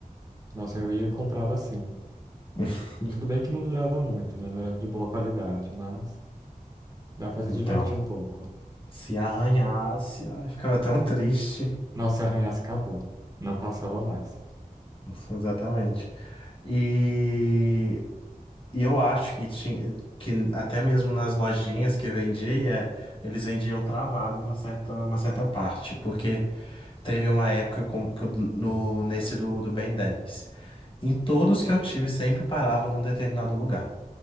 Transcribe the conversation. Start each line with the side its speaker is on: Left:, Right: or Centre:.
Right: Nossa, eu ia e comprava assim.
Left: <laughs>
Right: Tudo bem que não durava muito, né? Não era de boa qualidade, mas dá pra se
Left: Então,
Right: divertir um pouco.
Left: se arranhasse, ai, ficava tão triste.
Right: Nossa, e arranhaço acabou. Não passava mais.
Left: <laughs> Exatamente. E, e eu acho que tinha que até mesmo nas lojinhas que vendia, eles vendiam travado em uma certa, uma certa parte, porque Teve uma época com- que eu- no, nesse do, do Ben 10 Em todos que eu tive, sempre parava num determinado lugar.